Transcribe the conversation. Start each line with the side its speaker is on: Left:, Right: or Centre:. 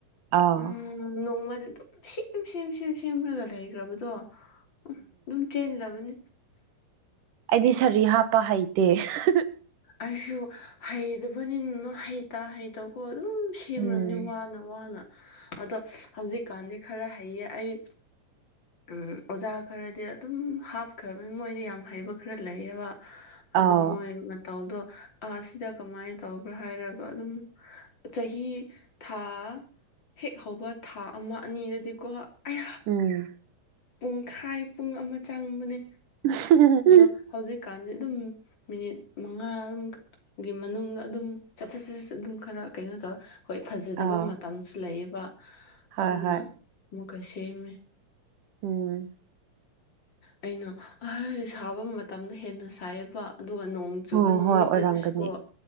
Right: ꯑꯥ
Left: ꯎꯝ ꯅꯣꯡꯃꯗꯤ ꯗꯨꯝ ꯁꯦꯝ ꯁꯦꯝ ꯁꯦꯝ ꯁꯦꯝꯔꯒ ꯂꯩꯒ꯭ꯔꯕꯗꯣ ꯎꯝ ꯗꯨꯝ ꯆꯦꯟꯂꯕꯅꯦ
Right: ꯑꯩꯗꯤ ꯁꯥꯔꯤ ꯍꯥꯞꯄ ꯍꯩꯇꯦ <unintelligible>
Left: ꯑꯩꯁꯨ ꯍꯩꯗꯕꯅꯤꯅꯣ ꯍꯩꯇꯥ ꯍꯩꯇꯥ ꯀꯣ ꯑꯗꯨꯝ ꯁꯦꯝꯔꯕꯅꯤ
Right: ꯎꯝ
Left: ꯋꯥꯅ ꯋꯥꯅ ꯑꯗꯣ ꯍꯧꯖꯤꯛꯀꯥꯟꯗꯤ ꯈꯔ ꯍꯩꯌꯦ ꯑꯩ ꯎꯝ ꯑꯣꯖꯥ ꯈꯔꯗꯤ ꯑꯗꯨꯝ ꯍꯥꯞꯈ꯭ꯔꯕ ꯃꯣꯏꯗꯤ ꯌꯥꯝ ꯍꯩꯕ ꯈ꯭ꯔ ꯂꯩꯌꯦꯕ ꯑꯗꯣ
Right: ꯑꯥꯎ
Left: ꯃꯣꯏ ꯃꯇꯧꯗꯣ ꯑꯥ ꯁꯤꯗ ꯀꯃꯥꯏ ꯇꯧꯕ꯭ꯔꯥ ꯍꯥꯏꯔꯒ ꯑꯗꯨꯝ ꯆꯍꯤ ꯊꯥ ꯍꯦꯛ ꯍꯧꯕ ꯊꯥ ꯑꯃ ꯑꯅꯤꯗꯗꯤꯀꯣ ꯑꯥꯢ
Right: ꯎꯝ
Left: ꯄꯨꯡꯈꯥꯏ ꯄꯨꯡ ꯑꯃ ꯆꯪꯕꯅꯦ
Right: <unintelligible>
Left: ꯑꯗꯣ ꯍꯧꯖꯤꯛꯀꯥꯟꯗꯤ ꯑꯗꯨꯝ ꯃꯤꯅꯤꯠ ꯃꯉꯥ ꯗꯨꯝ ꯒꯤ ꯃꯅꯨꯡꯗ ꯑꯗꯨꯝ <unintelligible> ꯑꯗꯨꯝ ꯈꯔ ꯀꯩꯅꯣ ꯇꯧꯋꯦ ꯍꯣꯏ ꯐꯖꯗꯕ
Right: ꯑꯥ
Left: ꯃꯇꯝꯁꯨ ꯂꯩꯌꯦꯕ
Right: ꯍꯣꯏ
Left: ꯑꯗꯨꯅ
Right: ꯍꯣꯏ
Left: ꯃꯨꯛꯀ ꯁꯦꯝꯃꯦ
Right: ꯎꯝ
Left: ꯑꯩꯅ <unintelligible> ꯁꯥꯕ ꯃꯇꯝꯗ ꯍꯦꯟꯅ ꯁꯥꯏꯌꯦꯕ ꯑꯗꯨꯒ ꯅꯣꯡ ꯆꯨꯕ
Right: ꯎꯝ
Left: ꯅꯨꯃꯤꯠꯇ
Right: ꯍꯣꯏ ꯑꯣꯏꯔꯝꯒꯅꯤ
Left: ꯁꯨꯀꯣ